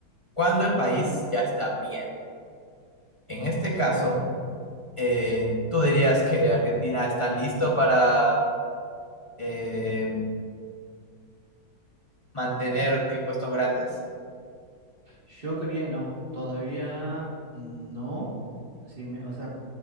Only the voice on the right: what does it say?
Sí,
Claro,
yo creía, no, todavía no. Sí, me- o sea,